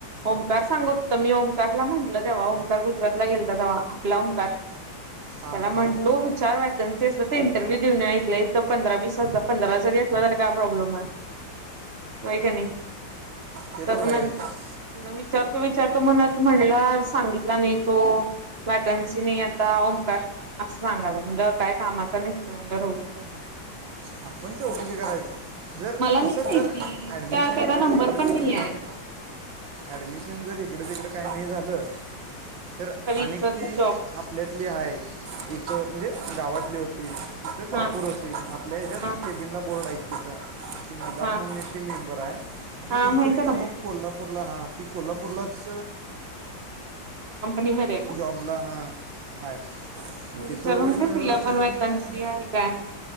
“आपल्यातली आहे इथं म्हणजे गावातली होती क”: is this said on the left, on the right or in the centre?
Right